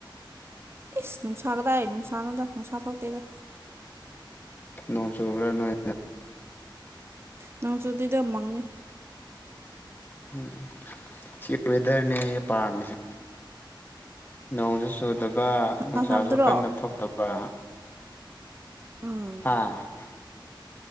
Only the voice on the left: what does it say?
ꯅꯣꯡ ꯆꯨꯕ꯭ꯔꯥ ꯅꯣꯏ
ꯎꯝ ꯁꯤ ꯋꯦꯗꯔꯅꯦ ꯑꯩ ꯄꯥꯝꯃꯤꯁꯦ ꯅꯣꯡꯁꯨ ꯆꯨꯗꯕ ꯅꯨꯡꯁꯥꯁꯨ
ꯀꯟꯅ ꯊꯣꯛꯇꯕ
ꯑꯥ